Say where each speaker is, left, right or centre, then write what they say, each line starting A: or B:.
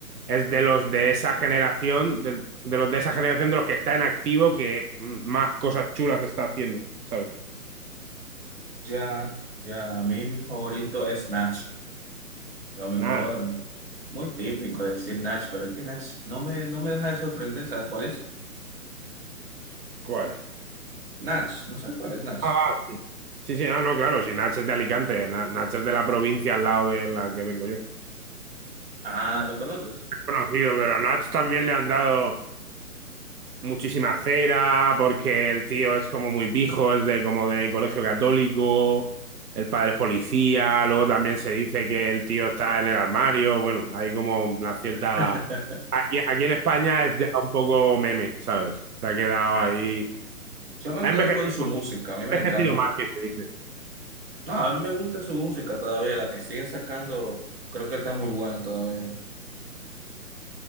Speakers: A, on the right (about 80°); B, on the right (about 40°).
A: es de los de esa generación, de, de los de esa generación de los que está en activo que mm, más cosas chulas está haciendo, ¿sabes?
B: Ya, ya, a mí mi favorito es Nach. Lo mejor,
A: Nat,
B: muy típico decir Natch, pero es que Natch no me, no me deja de sorprender, ¿sabes cuál es?
A: ¿cuál?
B: Natch, no sé cuál es Natch.
A: Ah, va, sí. Sí, sí, no, no, claro, si Nach es de Alicante, Na- Nach es de la provincia al lado de la que vengo yo.
B: Ah, ¿lo conoces?
A: Conocido, pero a Nach también le han dado. muchísima cera, porque el tío es como muy pijo, es de como de colegio católico, el padre es policía, luego también se dice que el tío está en el armario, bueno, hay como una cierta...
B: <laughs>
A: Aquí, aquí en España es ya un poco meme, ¿sabes? Se ha quedado
B: Ah,
A: ahí...
B: yo me
A: Ha
B: quedo
A: envejecido,
B: con su
A: ha
B: música, a mí me
A: envejecido
B: encanta.
A: mal, que se dice.
B: No, a mí me gusta su música todavía, la que sigue sacando, creo que está muy buena todavía.